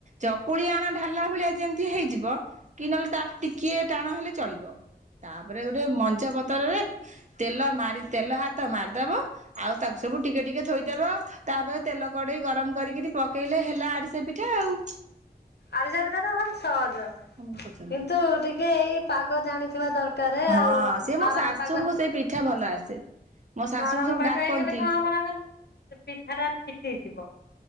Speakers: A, on the right (about 45°); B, on the left (about 85°).
A: ଚକୁଳି ଆଣ ଢାଲିଲା ଭଳିଆ ଯେମିତି ହେଇଯିବ କି ନହେଲେ ତାଠୁ ଟିକିଏ ଟାଣ ହେଲେ ଚଳିବ। ତାପରେ ଗୋଟେ ମଞ୍ଜ ପତରରେ ତେଲ ମାରି ତେଲ ହାତ ମାରିଦବ ଆଉ ତାକୁ ସବୁ ଟିକେ ଟିକେ ଥୋଇଦବ ତାପରେ ତେଲ କଡେଇ ଗରମ କରିକିରି ପ କେଇଲେ ହେଲା ଆରିସି ପିଠା ଆଉ।
B: ଆରସି ପିଠା ଟା ଭାରି ସହଜ।
A: ତମକୁ ପଚାରୁନି
B: କିନ୍ତୁ ଟିକେ ଏଇ ପାଗ ଜାଣିଥିବା ଦରକାର
A: ହଁ
B: ଆଉ
A: ସେ ମୋ
B: ନରମ
A: ଶାଶୁଙ୍କୁ
B: ପାଗ।
A: ସେଇ ପିଠା ଭଲ ଆସେ। ମୋ ଶାଶୁଙ୍କୁ
B: ନରମ
A: ସବୁ
B: ପାଗ
A: ଡାକନ୍ତି।
B: ହେଇଗଲେ କଣ ହବ ନା କହିଲ ସେ ପିଠା ଟା ଫିଟିଯିବ।